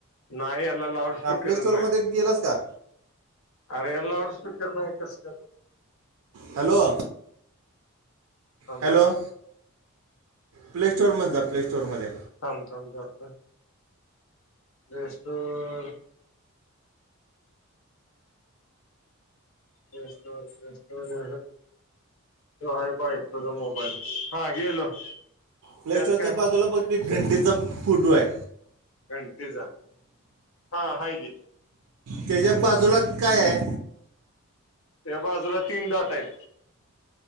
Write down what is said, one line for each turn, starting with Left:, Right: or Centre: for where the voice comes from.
Left: नाही याला लाऊडस्पीकरच
Right: ह प्ले स्टोर
Left: नाही
Right: मध्ये गेलास का.
Left: अरे ह्यला लाऊड स्पीकर नाही कस काय.
Right: हॅलो
Left: थांब
Right: हॅलो प्ले स्टोअर मधे जा प्ले स्टोअर मध्ये.
Left: थांब थांब जातो. Play store? Play store play store अहं - त्यो हाय बायकोचा मोबाईल हा गेलो.
Right: प्लेस्टोर
Left: त्यात
Right: च्या
Left: काय
Right: बाजूला बघत ते घंटीचा फोटो आहे.
Left: घंटीचा, हा हाय कि.
Right: त्याच्या बाजूला काय हाय.
Left: त्या बाजूला तीन डॉट आहेत.